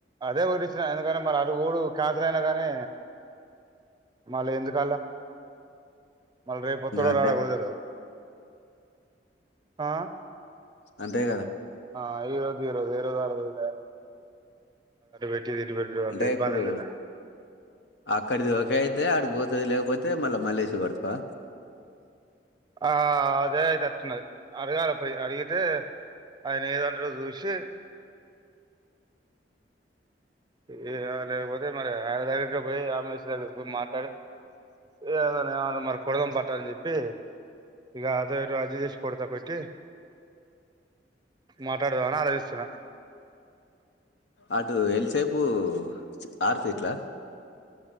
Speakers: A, on the right; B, on the left.
A: అదే ఒడిస్ ఎందుకంటే మరి అడుగడు కాదలయినా గానీ మళ్ళీ ఎందుకల్లా మళ రేపొత్తడా
B: అంతే
A: రాడ కూడా తెల్వదు ఆ
B: అంతే కదా
A: ఆ ఈరోజు ఈరోజు పెట్టిది ఏ ఇటు పెట్టిది
B: అంటే
A: అంత ఇబ్బంది
B: ఇప్పుడు
A: ఎందుకు
B: అక్కడిది అ అయితే అడికిపోతుంది లేకపోతే మళ్ళా మలేసి కొడుతవ
A: ఆ అదే చెప్తున్నది అడగాలా పోయి అడిగితే ఆయన ఏమంటాడో చూసి ఇగ లేకపోతే మరి ఆయన దగ్గరికి పోయి ఆమేష్ దగ్గరకి పోయి మాట్లాడి <unintelligible> దని చెప్పి ఇక అదో ఇదో అడ్జస్ట్ చేసి కొడతా కొట్టి మాట్లాడదామని ఆలోచిస్తున్నా
B: అటు ఎల్ సే పూ ఆరు ఫీట్లా